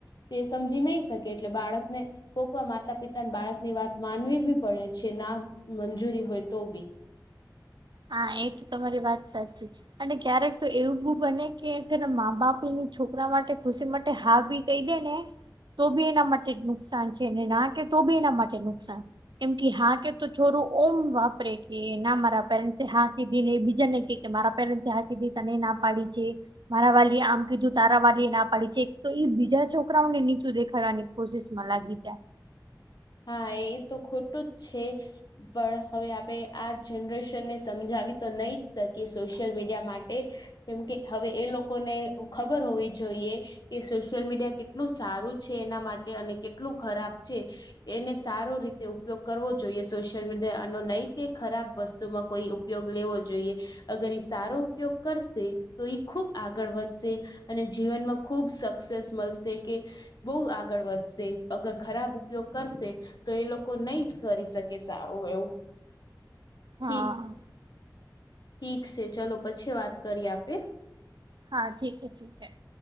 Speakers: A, on the left; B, on the right.
A: તે સમજી નહી શકે એટલે બાળકને કોકવા માતા પિતાને બાળકની વાત માનવી બી પડે છે, ના મંજૂરી હોય તો બી.
B: હા, એ તો તમારી વાત સાચી. અને ક્યારેક તો એવું બી બને કે અગર માં બાપ એની છોકરા માટે ખુશી માટે હા ભી કહી દે ને. તો બી એના માટે જ નુકસાન છે, ના કે તો બી એના માટે નુકસાન. કેમ કે હા કે તો ચોરું ઓમ વાપરે કે ના મારા પેરેન્ટસ છે હા કીધી ને બીજા ને કે કે મારા પેરેન્ટ જે હા કીધી, તને ના પાડી છે. મારા વાલીએ આમ કીધું તારા વાલી એ ના પાડી છે. તોઈ બીજા છોકરાઓને નીચું દેખાવાની કોશિસ માં લાગી જાય.
A: હા, એ તો ખોટું જ છે. પણ હવે આપે આ જનરેશનને સમજાવી તો નહી જ શકીએ સોશિયલ મીડિયા માટે કેમકે હવે એ લોકોને ખબર હોવી જોઈએ કે સોશિયલ મીડિયા કેટલું સારું છે એના માટે અને કેટલું ખરાબ છે. એને સારો રીતે ઉપયોગ કરવો જોઈએ સોશિયલ મીડિયા આનો નહી કે ખરાબ વસ્તુમાં કોઈ ઉપયોગ લેવો જોઈએ અગર એ સારો ઉપયોગ કરશે તો ખૂબ આગળ વધશે. અને જીવનમાં ખુબ સક્સેસ મલશે કે બહુ આગળ વધશે અગર ખરાબ ઉપયોગ કરશે તો એ લોકો નહી કરી શકે સારું એવું. ઠી
B: હા
A: ઠીક છે ચલો પછી વાત કરીએ આપે
B: હા ઠીક હે ઠીકે હે.